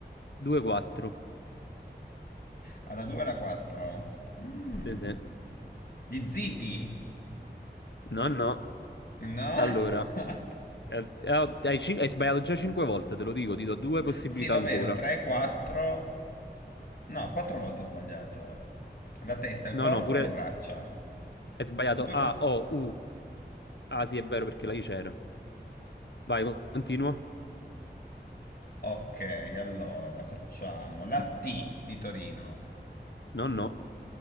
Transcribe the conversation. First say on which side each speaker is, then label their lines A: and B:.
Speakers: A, on the left; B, on the left.
A: 2-4.
B: Alla 2 e alla 4. Mm.
A: Sì, sì.
B: Gli ziti.
A: No, no.
B: No?
A: Allora,
B: <laughs>
A: eh, eh, oh, hai, cin- hai sbagliato già 5 volte, te lo dico, ti do due possibilità
B: Sì, lo
A: ancora.
B: vedo. 3, 4. No, 4 volte ho sbagliato. La testa, il
A: No,
B: corpo
A: no, pure
B: e le braccia.
A: hai sbagliato
B: Due
A: A,
B: possi-
A: O, U. Ah, sì, è vero perché la I c'era. Vai, co- continua.
B: Ok, allora facciamo la T di Torino,
A: No, no.